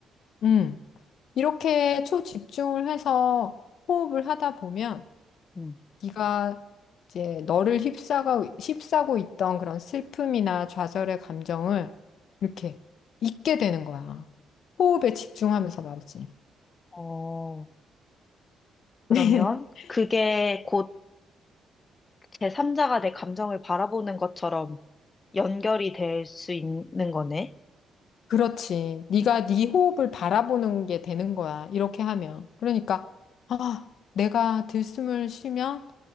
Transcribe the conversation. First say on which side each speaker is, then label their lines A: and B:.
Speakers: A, on the left (about 65°); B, on the left (about 30°).
A: 음. 이렇게 초집중을 해서 호흡을 하다 보면
B: 음.
A: 네가 이제 너를 휩싸고, 휩싸고 있던 그런 슬픔이나 좌절의 감정을 이렇게 잊게 되는 거야. 호흡에 집중하면서 말이지.
B: 어, 그러면
A: <laughs>
B: 그게 곧 제3자가 내 감정을 바라보는 것처럼 연결이 될 수 있는 거네.
A: 그렇지. 네가 네 호흡을 바라보는 게 되는 거야. 이렇게 하면. 그러니까 아, 내가 들숨을 쉬면